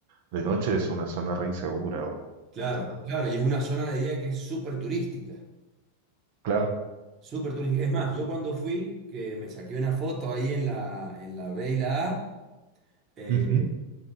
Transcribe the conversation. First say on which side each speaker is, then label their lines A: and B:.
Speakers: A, on the right; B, on the right.
A: de noche es una zona re insegura, o-
B: claro,
A: ¿entendés?
B: claro. Y es una zona de día que es súper turística.
A: Claro.
B: Súper turística. Es más, yo cuando fui, que me saqué una foto ahí en la, en la B y la A, eh,
A: Ujú.